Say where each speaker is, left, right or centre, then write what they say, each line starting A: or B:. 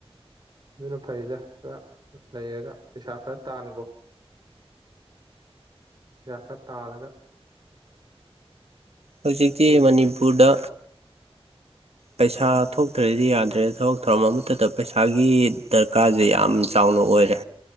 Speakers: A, on the right (about 40°); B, on the right (about 75°).
A: ꯑꯗꯨꯅ ꯐꯩꯗ ꯈꯔ ꯂꯩꯔꯒ ꯄꯩꯁꯥ ꯈꯔ ꯇꯥꯟꯈꯣ ꯄꯩꯁꯥ ꯈꯔ ꯇꯥꯜꯂꯒ
B: ꯍꯧꯖꯤꯛꯇꯤ
A: ꯐꯦꯃꯤꯂꯤ
B: ꯃꯅꯤꯄꯨꯔꯗ ꯄꯩꯁꯥ ꯊꯣꯛꯇ꯭ꯔꯗꯤ ꯌꯥꯗ꯭ꯔꯦ ꯊꯕꯛ ꯊꯧꯔꯝ ꯑꯃꯠꯇꯗ ꯄꯩꯁꯥꯒꯤ ꯗꯔꯀꯥꯔꯁꯦ ꯌꯥꯝ ꯆꯥꯎꯅ ꯑꯣꯏꯔꯦ